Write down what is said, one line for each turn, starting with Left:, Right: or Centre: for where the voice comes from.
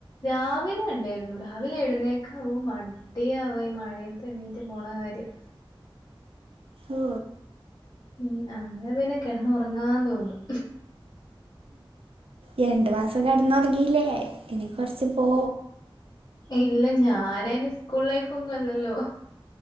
Left: രാവിലെ ഇണ്ടായിരുന്നു, രാവിലെ എഴുന്നേക്കാവും മടിയാവാ ഈ മഴയത്ത് എണീറ്റ് പോണ കാര്യം
Right: ഓ
Left: ഉം അങ്ങ പിന്നെ കിടന്നൊറങ്ങാൻ തോന്നും.
Right: രണ്ട് മാസം കിടന്നുറങ്ങീല്ലേ ഇനി കൊറച്ച് പോ
Left: ഇല്ല ഞാനയിന് സ്കൂൾ ലൈഫ് ഒന്നും അല്ലല്ലോ